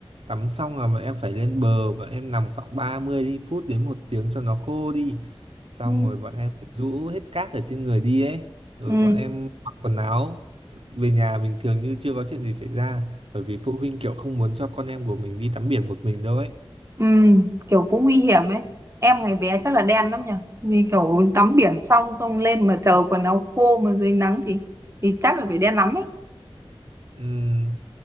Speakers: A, on the right; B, on the right.
A: tắm xong là bọn em phải lên bờ bọn em nằm khoảng 30 đi- phút đến một tiếng cho nó khô đi xong
B: Ừ.
A: rồi bọn em phải rũ hết cát ở trên người đi ấy rồi
B: Ừ.
A: bọn em mặc quần áo về nhà bình thường như chưa có chuyện gì xảy ra bởi vì phụ huynh kiểu không muốn cho con em của mình đi tắm biển một mình đâu ấy
B: Ừ, kiểu cũng nguy hiểm ấy. Em ngày bé chắc là đen lắm nhỉ. Vì kiểu tắm biển xong xong lên mà chờ quần áo khô mà dưới nắng thì thì chắc là phải đen lắm ấy.
A: Ừm,